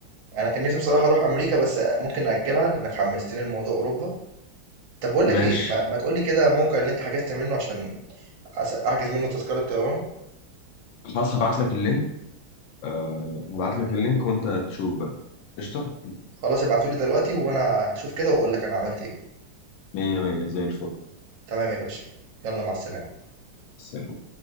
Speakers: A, on the right; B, on the left.
A: انا كان نفسي بصراحه اروح امريكا بس ممكن ناجلها لانك حمستني لموضوع اوروبا طب بقول لك
B: ماشي
A: ايه ما, ما تقول لي كده موقع اللي انت حجزت منه عشان أس- احجز منه تذكره طيران
B: خلاص هبعت لك اللينك آه، هبعت لك اللينك وأنت تشوف بقى قشطة
A: خلاص ابعتولي دلوقتي وانا هشوف كده واقول لك انا عملت ايه
B: مية مية زي
A: تمام يا باشا يلا مع السلامه
B: الفل